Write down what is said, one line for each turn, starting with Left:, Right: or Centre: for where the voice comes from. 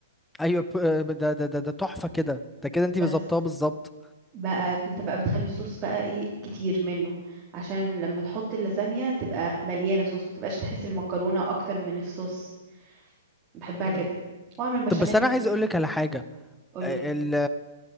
Centre: ايوه ب- ده ده ده ده تحفه كده ده كده انت
Right: بس
Centre: ظبطها بالظبط
Right: بقى انت بقى بتخلي الصوص بقى ايه كتير منه عشان لما تحط اللازانيا تبقى مليانه صوص ما تبقاش تحس المكرونه اكتر من الصوص بحبها
Centre: مم.
Right: كده واعمل بشاميل
Centre: طب بس انا عايز
Right: من جنب
Centre: اقول لك على حاجه
Right: قولي
Centre: ال